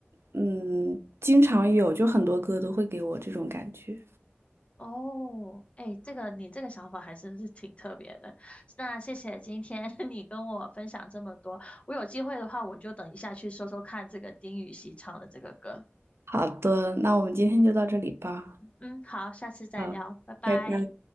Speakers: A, on the right; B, on the left.
A: 嗯经常有，就很多歌都会给我这种感觉。
B: 哦，哎，这个你这个想法还真是挺特别的。那谢谢今天 <laughs> 你跟我分享这么多，我有机会的话，我就等一下去搜搜看这个丁禹兮唱的这个歌。
A: 好的，那我们今天就到这里吧。
B: 嗯，好，下次再聊，
A: 好，
B: 拜拜。
A: 拜拜。